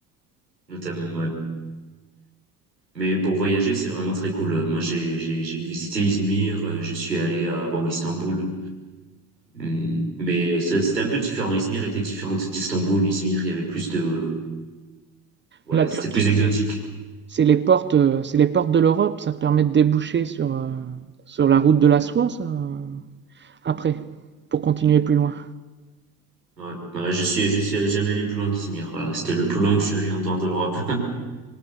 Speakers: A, on the right; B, on the right.
A: notamment ouais. Mais pour voyager, c'est vraiment très cool. Moi, j'ai j'ai j'ai visité Izmir, euh, je suis allé à bon Istanbul, Hum, mais euh, ça- c'était un peu différent. Izmir était différente d'Istanbul. Izmir, il y avait plus de ouais,
B: La
A: c'était
B: Turquie,
A: plus exotique.
B: c'est c'est les portes, euh, c'est les portes de l'Europe. Ça te permet de déboucher sur, euh, sur la route de la soie, ça, euh, après, pour continuer plus loin.
A: Ouais, Ouais, je suis je suis jamais allé plus loin qu'Izmir. Voilà, c'était le plus loin que je suis allé en dehors de l'Europe. <laughs>